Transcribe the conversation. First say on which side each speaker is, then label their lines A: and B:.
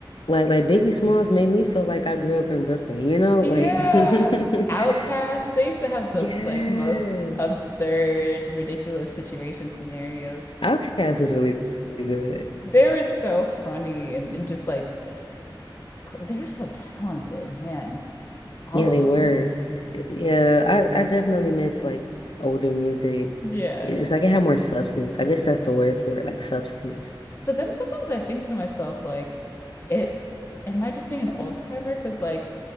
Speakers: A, on the left; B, on the left.
A: Like like Biggie Smalls made me feel like I grew up in Brooklyn, you know?
B: Yeah.
A: Like <laughs>
B: Outcasts, they used to have the
A: yes.
B: like most absurd, ridiculous situation scenarios.
A: Outkast was really good.
B: They were so funny and, and just like cl- they were so talented, man. All
A: Yeah,
B: of
A: they
B: them.
A: were. Yeah, I, I definitely miss like older music.
B: <laughs> Yeah.
A: It's like it had more substance. I guess that's the word for it, like substance.
B: But then sometimes I think to myself, like, it am I just being an old timer? Because like,